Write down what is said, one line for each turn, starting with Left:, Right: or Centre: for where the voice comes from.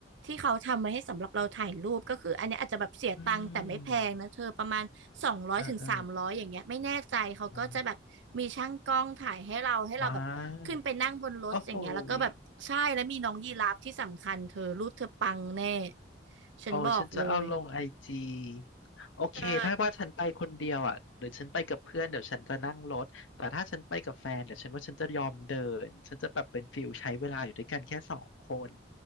Right: ที่เขาทำไว้ให้สำหรับเราถ่ายรูปก็คืออันเนี้ยอาจจะแบบเสียตังค์แต่ไม่แพงนะเธอประมาณสองร้อยถึงสามร้อยอย่างเงี้ยไม่แน่ใจเขาก็จะแบบมีช่างกล้องถ่ายให้เราให้เราแบบขึ้นไปนั่งบนรถอย่างเงี้ยแล้วก็แบบใช่แล้วมีน้องยีราฟที่สำคัญเธอรูปเธอปังแน่
Left: อืมเออเออ อ๋อ่าโอ้โหย
Right: ฉันบอกเลย
Left: โอ้ฉันจะเอาลงไอจีโอเคถ้าว่าฉันไปคนเดียวอ่ะหรือฉันไปกับเพื่อนเดี๋ยวฉันจะนั่งรถแต่ถ้าฉันไปกับแฟนเดี๋ยวฉันว่าฉันจะยอมเดินฉันจะแบบเป็นฟิลใช้เวลาอยู่ด้วยกันแค่สองคน
Right: ใช่